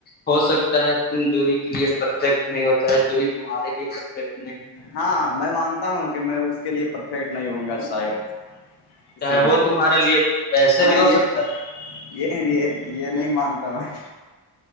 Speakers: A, on the left; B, on the left.
A: ہو سکتا ہے تم جو ہی کے لیے پرفیکٹ نہیں ہوتا ہے جو ہی تمہارے لیے پرفیکٹ نہیں
B: ہاں میں مانتا ہوں کہ میں اس کے لیے پرفیکٹ نہیں ہوں گا شاید
A: ہوتا
B: اسی
A: ہے
B: لیے
A: وہ تمہارے لیے بھی ایسے
B: نہ
A: بھی ہو
B: یہ
A: سکتا
B: یہ یہ یہ نہیں مانتا میں